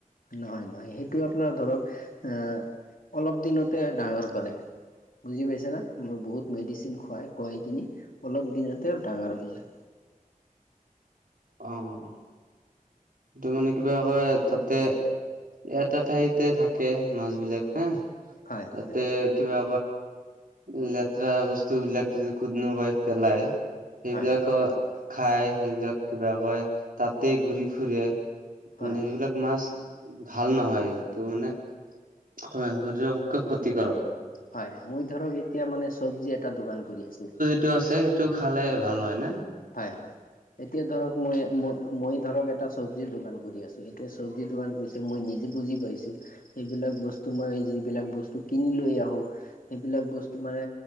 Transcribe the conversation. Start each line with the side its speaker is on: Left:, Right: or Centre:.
Left: নহয়, নহয়, সেইটো আপোনাৰ ধৰক আহ অলপ দিনতে ডাঙৰ কৰে। বুজি পাইছে নে, মই বহুত মেডিচিন খুৱাই খোৱাই কিনি অলপ দিনতে ডাঙৰ হৈ যায়।
Right: অ', সিটো মানে কিবা কয়, তাতে এটা ঠাইতে থাকে মাছ বিলাক হা,
Left: হয়
Right: তাতে
Left: হয় হয়
Right: কিবা <unintelligible> লেতেৰা বস্তু বিলাক যদি কোনোবাই পেলাই সেইবিলাকো
Left: হয়
Right: খাই, সেইবিলাক কিবা কয় তাতেই ঘূৰি ফুৰে। মানে
Left: হয় হয়।
Right: সেইবিলাক মাছ ভাল নহয়, এইটো মানে শৰীৰৰ পক্ষে ক্ষতি কাৰক।
Left: হয়, মই ধৰক এতিয়া মানে চব্জি এটা দোকান কৰি আছো।
Right: টো আছে, সেইটো খালে ভাল হয়না?
Left: হয়, হয়, এতিয়া ধৰক মই মই-মই ধৰক এটা চব্জিৰ দোকান কৰি আছো, এতিয়া চব্জিৰ দোকান কৰিছে মই নিজে বুজি পাইছো। সেইবিলাক বস্তু, মই যিবিলাক বস্তু কিনি লৈ আহোঁ। সেইবিলাক বস্তু মানে,